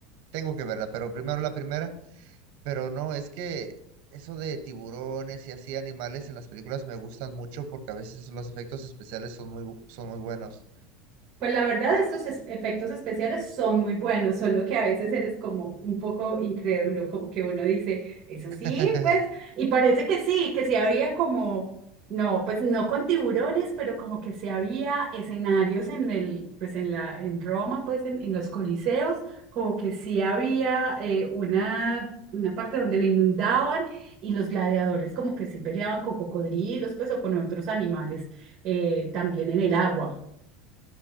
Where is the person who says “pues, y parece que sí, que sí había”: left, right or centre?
Right